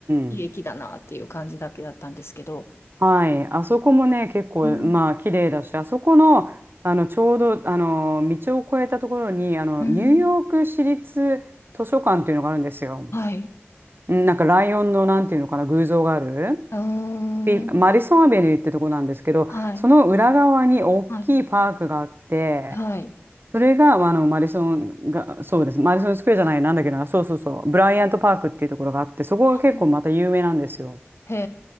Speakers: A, on the left; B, on the right.
A: いい駅だなっていう感じだけだったんですけど、
B: うん。はい。あそこもね、結構、
A: うん。
B: まあ、綺麗だし、あそこの、あの、ちょうど、あの、道を越えたところに、あの、
A: うん。
B: ニューヨーク市立図書館っていうのがあるんですよ。
A: はい。
B: うんなんか、ライオンの、なんていうのかな、偶像がある。
A: うーん。
B: ピマディソンアベニューってとこなんですけど、
A: はい。
B: その裏側に大きいパークがあって、
A: はい。はい。
B: それが、あの、マディソンが、そうです。マディソンスクエアじゃない、なんだっけな、そうそうそう、ブライアントパークっていうところがあって、そこが結構また有名なんですよ。
A: はいへ